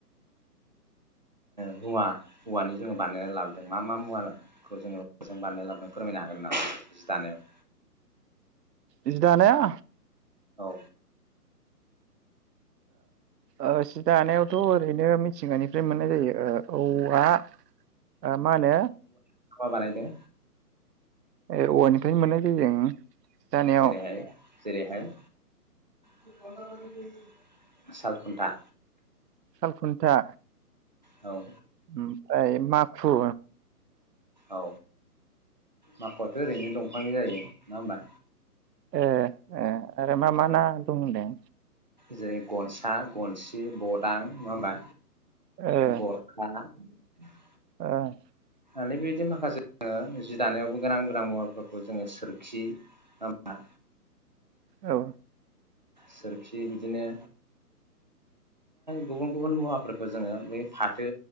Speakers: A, on the right (about 30°); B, on the right (about 80°).
A: हौवा हौवानि जोङो बानायना लाबोदों मा मा मुवाखौ जोङो हवाजों बानायना लाबोदों फोरमायनो हागोन नामा जि दानायाव
B: इदि दानायया
A: औ
B: आ सि दाानायावथ' ओरैनो मिथिंगानिफ्राय मोननाय जायो ओ औवआ मान
A: माबा बानायदों
B: ए औवानिफ्राय मोननाय जायो जों दानायाव
A: जेरैहाय जेरैहाय बे ब साल खुन्था
B: सालखुन्था
A: औ
B: ओमफ्राय माखु
A: औ माखआथ' ओरैनो दंफां जायो ना होनोमबा
B: ए ए आरो मा मा ना दं होनदों
A: जेरै गनसा गनसि बट दां नङाबा
B: ओ
A: गरखा <unintelligible>
B: <unintelligible>
A: आरो बेबायदि माखासे जोङ जि दानायावबो गोनां गोनां मुवाफोरखौ जोङो सोरखि मा
B: औ
A: सोरखि बिदिनो गुबुन गुबुन मुवाफोरखौ जोङो बै फाथो